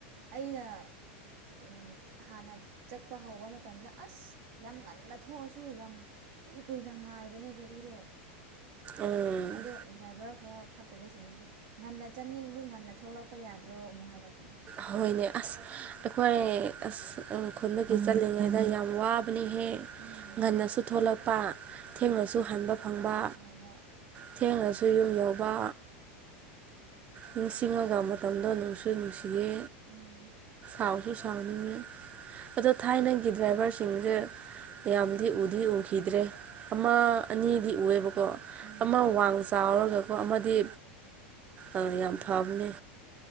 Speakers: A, on the right; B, on the right.
A: ꯑꯩꯅ ꯎꯝ ꯍꯥꯟꯅ ꯆꯠꯄ ꯍꯧꯕ ꯃꯇꯝꯗ ꯑꯁ ꯌꯥꯝ ꯉꯟꯅ ꯊꯣꯛꯑꯁꯨ ꯌꯥꯝ ꯀꯨꯏ ꯀꯨꯏꯅ ꯉꯥꯏꯕꯅꯦ ꯒꯥꯔꯤꯗꯣ
B: ꯎꯝ
A: ꯑꯗꯣ ꯗ꯭ꯔꯥꯏꯚꯔ ꯈꯔ ꯐꯠꯇꯕꯁꯤꯡꯁꯤꯗꯤ ꯉꯟꯅ ꯆꯠꯅꯤꯡꯉꯗꯤ ꯉꯟꯅ ꯊꯣꯛꯂꯛꯄ ꯌꯥꯗ꯭ꯔꯣ ꯑꯃꯨꯛ ꯍꯥꯏꯔꯛꯀꯅꯤ
B: ꯍꯣꯏꯅꯦ ꯑꯁ ꯑꯩꯈꯣꯏ ꯑꯁ ꯈꯨꯟꯗꯒꯤ ꯆꯠꯂꯤꯉꯩꯗ ꯌꯥꯝ ꯋꯥꯕ ꯑꯗꯨꯅ ꯍꯦ
A: ꯎꯝ
B: ꯉꯟꯅꯁꯨ ꯊꯣꯛꯂꯛꯄ ꯊꯦꯡꯅꯁꯨ ꯍꯟꯕ ꯐꯪꯕ
A: ꯑꯃꯨꯛ ꯍꯧꯕ
B: ꯊꯦꯡꯉꯁꯨ ꯌꯨꯝ ꯌꯥꯎꯕ ꯅꯤꯡꯁꯤꯡꯉꯒ ꯃꯇꯝꯗꯣ ꯅꯨꯡꯁꯨ ꯅꯨꯡꯁꯤꯌꯦ
A: ꯎꯝ
B: ꯁꯥꯎꯁꯨ ꯁꯥꯎꯅꯤꯡꯉꯤ ꯑꯗꯣ ꯊꯥꯏꯅꯒꯤ ꯗ꯭ꯔꯥꯏꯚꯔꯁꯤꯡꯁꯦ ꯃꯌꯥꯝꯗꯤ ꯎꯗꯤ ꯎꯈꯤꯗ꯭ꯔꯦ ꯑꯃ ꯑꯅꯤꯗꯤ ꯎꯑꯕ ꯀꯣ
A: ꯎꯝ
B: ꯑꯃ ꯋꯥꯡ ꯆꯥꯎꯔꯒꯀꯣ ꯑꯃꯗꯤ ꯑꯥ ꯌꯥꯝ ꯐꯥꯕꯅꯦ